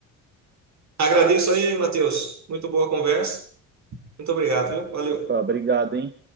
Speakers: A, on the right; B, on the right.
A: Agradeço aí, Matheus. Muito boa conversa. Muito obrigado, viu? Valeu.
B: Tá, Obrigado, hein?